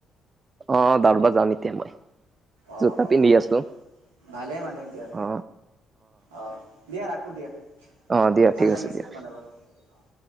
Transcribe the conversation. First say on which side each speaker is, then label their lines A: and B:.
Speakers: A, on the right; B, on the right.
A: অ' দাৰবা যাম এতিয়া মই
B: অ'
A: জোতা
B: অ'
A: পিন্ধি আছো।
B: ভালে মানে এতিয়া
A: অ
B: অ' দিয়া ৰাখো দিয়া।
A: অ দিয়া
B: ভাল
A: ঠিক
B: লাগিছে
A: আছে দিয়া
B: তোমাল লগত? অ'।